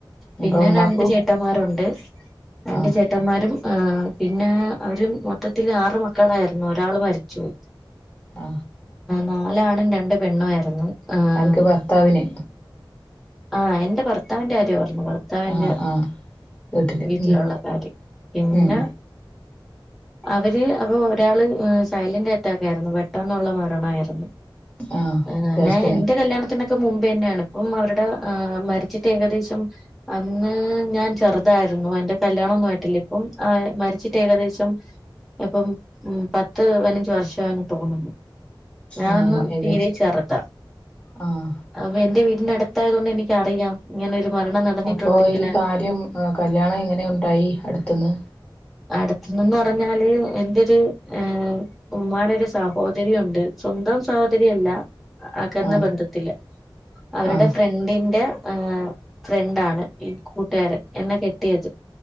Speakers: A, in the centre; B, on the left.
A: പിന്നെ
B: അപ്പൊ ഉമ്മാക്കും
A: രണ്ട് ചേട്ടന്മാരുണ്ട്. രണ്ടു
B: ആഹ്
A: ചേട്ടന്മാരും അ, പിന്നെ അവര് മൊത്തത്തില് ആറ് മക്കളായിരുന്നു. ഒരാള് മരിച്ചുപോയി.
B: ആ
A: നാല ആണ് രണ്ട് പെണ്ണു ആയിരുന്നു ആഹ്
B: ആർക്ക് ഭർത്താവിന്
A: ആഹ എന്റെ ഭർത്താവിന്റെ ആരോ ഭർത്താവിന്റെ
B: ആഹ് ആഹ് വീട്ടില്
A: വീട്ടിലുള്ള
B: ഉം
A: കാര്യം. പിന്നെ
B: ഉം
A: അവര് അപ്പൊ ഒരാള് സൈലന്റ് അറ്റാക്കായിരുന്നു. പെട്ടെന്നുള്ള മരണായിരുന്നു.
B: ആഹ്
A: ആ
B: ജ്യേഷ്ഠന്
A: ആ എന്റെ കല്യാണത്തിനക്കെ മുമ്പേ തന്നെയാണ് ഇപ്പ അവരുടെ ഏഹ് മരിച്ചിട്ട് ഏകദേശം അന്ന് ഞാൻ ചെറുതായിരുന്നു എന്റെ കല്യാണ ഒന്നും ആയിട്ടില്ല ഇപ്പം ആ മരിച്ചിട്ട് ഏകദേശം ഇപ്പം ഉം പത്ത് പതിനഞ്ച് വർഷ ആന്ന് തോന്നുന്നു ഞാനൊന്നും
B: ആഹ് മ
A: തീരെ
B: ജ്യേഷ്
A: ചേർത
B: ആഹ്
A: അപ്പൊ എന്റെ വീ നടത്തായതുക കൊണ്ട് എനിക്കറിയാം ഇങ്ങനെ ഒരു മരണം നടന്നിട്ടുണ്ട്
B: അപ്പൊ
A: ഇങ്ങനെ
B: ഈ കാര്യം കല്യാണം ഇങ്ങനെ ഉണ്ടായി അടുത്തന്ന്
A: അടുത്തന്ന് പറഞ്ഞാല് എന്റെ ഒരു ഏഹ് ഉമ്മായുടെ ഒരു സഹോദരിയ ഉണ്ട് സ്വന്തം സഹോദരില്ല അകന്ന
B: ആഹ്
A: ബന്ധത്തില്ല അവരുടെ
B: ആഹ്
A: ഫ്രണ്ടിന്റെ ആ ഫ്രണ്ടാണ് ഈ കൂട്ടുകാരൻ എന്നെ കെട്ടിയത്.